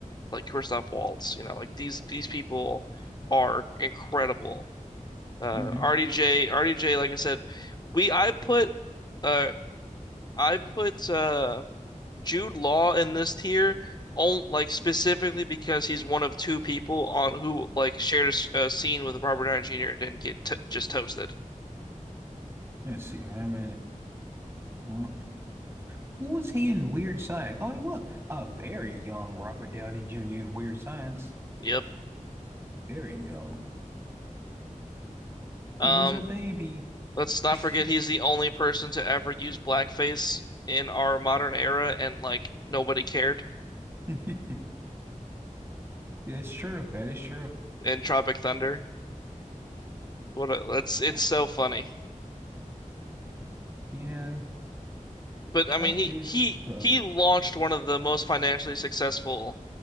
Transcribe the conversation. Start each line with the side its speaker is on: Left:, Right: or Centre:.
Left: like Christoph Waltz. You know, like these these people are incredible. Uh,
Right: mm-hmm.
Left: RDJ, like I said, we I put uh I put uh Jude Law in this tier on like specifically because he's one of two people on who like shared a a scene with Robert Downey Jr. and didn't get t just toasted.
Right: Let's see. Iron Man. Who was he in Weird Science? Oh, he was a very young Robert Downey Jr. in Weird Science.
Left: Yep.
Right: Very young.
Left: Um,
Right: He was a baby. <laughs>
Left: Let's not forget he's the only person to ever use blackface in our modern era, and like nobody cared
Right: That's true. That is true.
Left: in Tropic Thunder. What a, that's it's
Right: Uh,
Left: so funny.
Right: Yeah, and
Left: But
Right: Trump
Left: I mean, he
Right: is
Left: he
Right: the.
Left: he launched one of the most financially successful